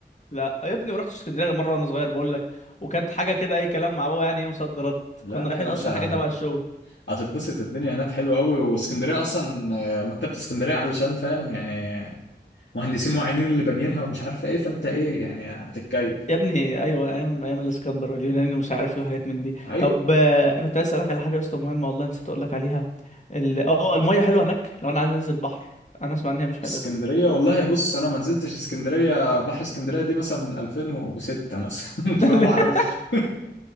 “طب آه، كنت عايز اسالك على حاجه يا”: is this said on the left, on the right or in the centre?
Left